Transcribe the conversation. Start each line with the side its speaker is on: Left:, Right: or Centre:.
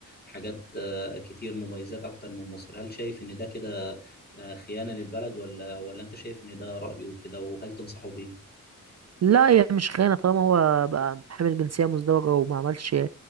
Left: حاجات آه، كتير مميزات أكتر من مصر هل شايف إن ده كده آه، خيانة للبلد ولا ولا أنت شايف إن ده رأيه كده وهل تنصحه بيه؟
Right: لا هي مش خيانة طالما هو بقى حامل جنسية مزدوجة وما عملش ما